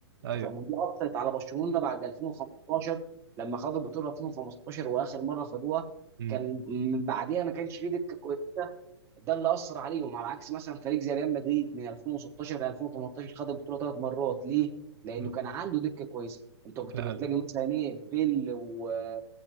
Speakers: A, on the right; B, on the right.
A: ايوه
B: انت فاهم ودي اثرت على برشلونه بعد 2015 لما خدوا البطوله 2015 واخر مره خدوها
A: امم
B: كان من بعديها ما كانش فيه دكه كويسه ده اللي اثر عليهم على عكس مثلا فريق زي ريال مدريد من 2016 ل 2018 خد البطوله ثلاث مرات ليه؟ لانه
A: امم
B: كان عنده دكه كويسه انت كنت
A: فعلا
B: بتلاقي مثلا ايه بيل و-